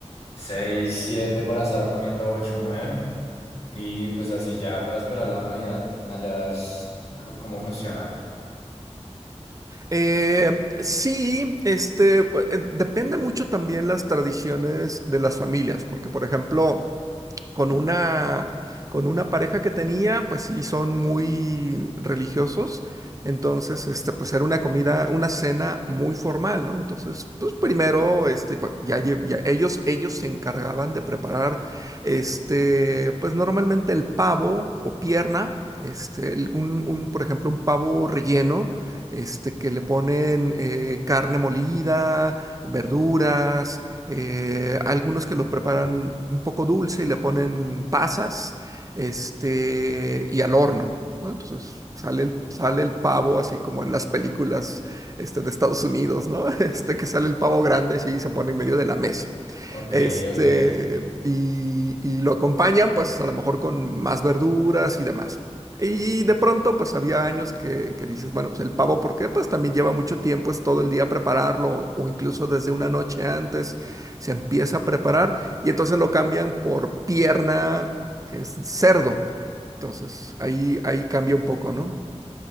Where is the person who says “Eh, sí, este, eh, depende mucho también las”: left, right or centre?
Right